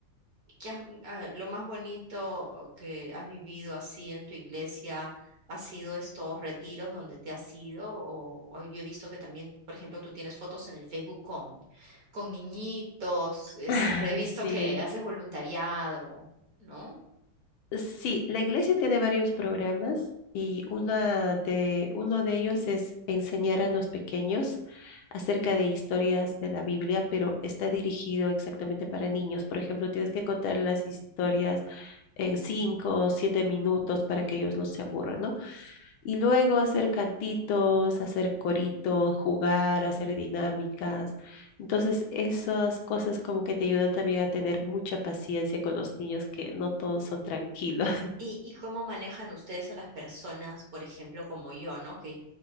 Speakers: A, on the right; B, on the left.
A: ¿Qué has- ah, lo más bonito que has vivido así en tu iglesia ha sido estos retiros donde te has ido? O, o yo he visto que también, por ejemplo, tú tienes fotos en el Facebook con, con niñitos, este,
B: <laughs>
A: he visto
B: Sí.
A: que haces voluntariado, ¿no?
B: Sí, la iglesia tiene varios programas y una de, uno de ellos es enseñar a los pequeños acerca de historias de la Biblia, pero está dirigido exactamente para niños. Por ejemplo, tienes que contar las historias en cinco o siete minutos para que ellos no se aburran, ¿no? Y luego hacer cantitos, hacer coritos, jugar, hacer dinámicas. Entonces, esas cosas como que te ayudan también a tener mucha paciencia con los niños, que no todos son tranquilos.
A: ¿Y, y cómo manejan ustedes a las personas, por ejemplo, como yo, ¿no? Que